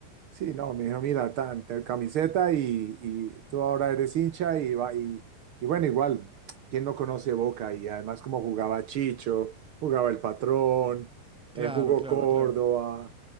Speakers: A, on the right (about 75°); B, in the centre.
A: Sí, no, me dijo, mira, tan, te- camiseta y, y tú ahora eres hincha y va y, y bueno, igual, ¿quién no conoce Boca? Y además como jugaba Chicho, jugaba El Patrón,
B: Claro,
A: eh, jugó
B: claro,
A: Córdoba,
B: claro.